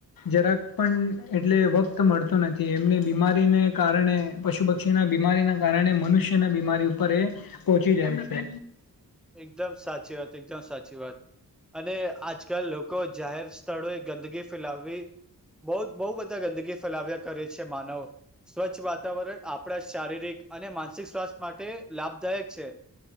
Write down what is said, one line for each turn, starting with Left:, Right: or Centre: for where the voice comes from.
Left: જરાક પણ એટલે વત મળતો નથી એમની બીમારીને કારણે પશુ પક્ષીના બીમારીના કારણે મનુષ્યના બીમારીર ઉપર એ પહોંચી જાય છે
Centre: એકદમ સાચી વાત એકદમ સાચી વાત અને આજકાલ લોકો જાહેર સ્થળોએ ગંદગી ફેલાવવી બહ બહુ બધા ગંદગી ફેલાવ્યા કરે છે માનવ સ્વચ્છ વાતાવરણ આપણા શારીરિક અને માનસિક સ્વાસ્થ્ય માટે લાભદાયક છે